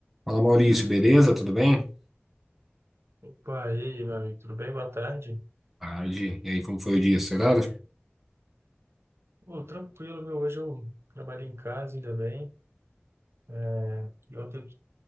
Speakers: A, in the centre; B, on the right.
A: Fala Maurício, beleza? Tudo bem?
B: Pá, e aí, meu amigo, tudo bem? Boa tarde.
A: Tarde. E aí, como foi o dia? Acelerado?
B: Pô, tranquilo, viu? Hoje eu trabalhei em casa, ainda bem. É, E ontem eu